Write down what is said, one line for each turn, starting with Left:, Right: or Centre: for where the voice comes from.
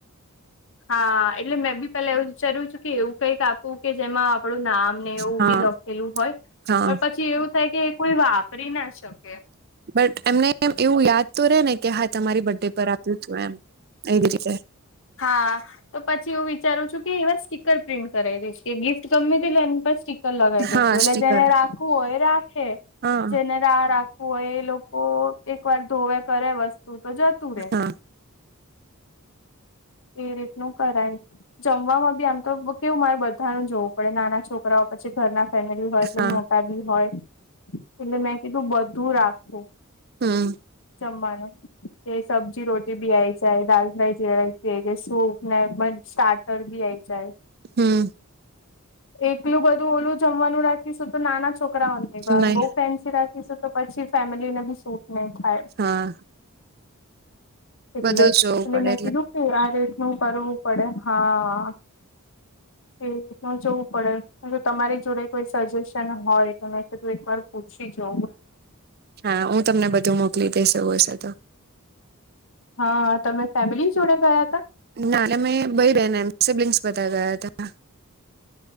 Left: હા એટલે મેં બી પેલા એવું વિચાર્યું છું કે એવું કઈક આપવું કે જેમાં આપડું નામ ને એવું
Right: હા
Left: બી લખેલું હોય
Right: હા
Left: પણ પછી એવું કે કોઈ વાપરી ના શકે
Right: બટ એમને એવું યાદ તો રે ને કે હા તમારી બડ ડે પર આપ્યું હતું એમ એ જ રીતે
Left: હા. તો પછી એવું વિચારું છું એવા સીકર પ્રિન્ટ કરય ડે છે ગિફ્ટ ગમે તે અને લગાવી દેસુ
Right: હા
Left: એટલે
Right: સ્ટીકર
Left: જેને રાખવું હોય રાખે
Right: હા
Left: જેને રાખ હોય એ લોકો એક વાર ધોવે કરે વસ્તુ તો જતું રે
Right: હા
Left: એ રીતનું કરાય જમવાવામાં બી આમ તો કેવું મારે બધાનું જોવું પડે નાના છોકરાઓ પછી ઘરના ફેમિલી હોય એટલે
Right: હા
Left: મોટા બી હોય એટલે મેં કીધું બધું રાખવું
Right: હમ
Left: જમવાનું જે સબ્જી રોટી બિ આઈ જાય છે દાાલ ફઈ જેરાય કે જે સૂપ ને પણ સ્ટાર્ટર બીય આવી જાય
Right: હમ
Left: એકલું બધું ઓલું જમવાનું રાખીશું તો નાના છોકરા છોકરાઓ નય ભાવે
Right: નહી
Left: અને બોવ ફેન્સી રાખીશું તો પછી ફેમિલીને બી સુટ નહી થાય <inaudible>
Right: હા
Left: એટલે
Right: બધું જ જોવું
Left: એટલે
Right: પડે
Left: મેં કીધું કે આ રેટનું કરવું પડે હા એ જોવું પડે તમારી જોડે કોઈ સજેશન હોય તમે તું એક વાર પુછી જઉ
Right: હા હું તમને બધું મોકલી દઈશ એવું હસે તો
Left: હા તમે ફેમિલી જોડે ગયા હતા
Right: ના એટલે અમે ભય રને એ સિબ્લિંગ્સ બધા ગયા હતા